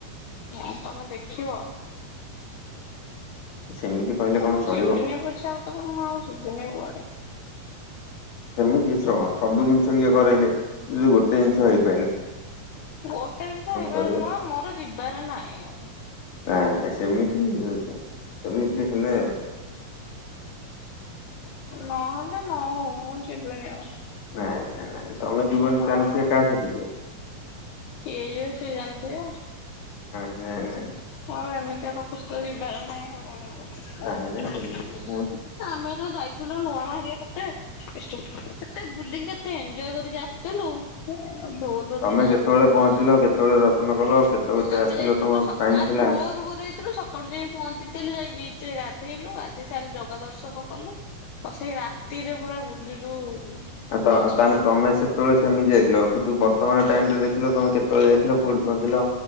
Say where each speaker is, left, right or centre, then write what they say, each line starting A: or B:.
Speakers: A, on the left; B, on the left.
A: ହ ତମେ ଦେଖିବ
B: ସେମିତି କହିଲେ କଣ
A: ମୁଁ
B: ଚଳିବ।
A: ଯିବିନି ପଛେ ଆଉ <unintelligible> ମୁଁ ଆଉ ଯିବିନି କୁଆଡେ?
B: ସେମିତି <unintelligible> ସବୁ ଜିନିଷ ଇଏ କରାଇଲେ ଯଦି ଗୋଟେ ଜିନିଷ ହେଇ
A: ଗୋଟେ ଜିନିଷ ହେଇଯିବାର
B: ଚଳିବ।
A: ନାଇ ମୋର ଯିବାର ନାଇ ଆଉ।
B: ନାଇ ନାଇ ସେମିତି ସେମିତି ହେଲ୍ ଲେ।
A: ନହେଲେ ନ ହଉ। ମୁଁ ଯିବିନି ଆଉ।
B: ନାଇ। ନାଇ ନାଇ ତମେ ଯିବନି
A: ହଁ।
B: ତାହଲେ ସିଏ କାହା ସହିତ ଯିବ।
A: କିଏ ଯିବେ ସିଏ ଜାଣିଥିବେ।
B: ନାଇ ନାଇ।
A: ମୋର ଏମିତିଆ <unintelligible> ଯିବାର ନାହିଁ
B: ନାଇଁ ନାଇଁ ସେମିତି କଣ କୁହନ୍ତି।
A: ଆମେ ତ ଯାଇଥିଲୁ ନୂଆ ମାଆ ହେରିଆ କେତେ। ବିଷ୍ଟୁ ଏତେ ବୁଲିକି କେତେ ଏଞ୍ଜୟ କରିକି ଆସିଥିଲୁ। ଦୌଡି ଦୌଡିକି
B: ତମେ
A: ଯା
B: କେତେବେଳେ
A: ଦୌଡି
B: ପହଞ୍ଚିଲ
A: ଦୌଡି
B: କେତେବେଳେ ଦର୍ଶନ କଲ କେତେବେଳେ
A: ଆମେ
B: ଆସିଲ
A: ଯାଇଥିଲୁ
B: ତମର?
A: ଆର୍
B: ଟାଇମ ଥିଲା
A: ଭୋର ଭୋରୁ ହୋଇ ଯାଇଥିଲୁ ସକାଳୁ ଯାଇ ପହଞ୍ଚି ଲୁ ଯାଇ ବିଚ ରେ ଗାଧେଇଲୁ ଗାଧେଇ ସାରେ ଜଗା ଦର୍ଶନ କଲୁ ଆଉ ସେଇ ରାତିରେ ପୁରା ବୁଲିଲୁ
B: ତ
A: ବିଚ୍ ରେ।
B: ତା ତମେ ସେତେବେଳେ ସେମି ଯାଇଥିଲ। କିନ୍ତୁ ବ ର୍ତମାନ୍ ଟାଇମ ଟା ଦେଖିଲ ତମେ କେତବେଳେ ଯାଇଥିଲ କୋଉଠି ପହଞ୍ଚିଲ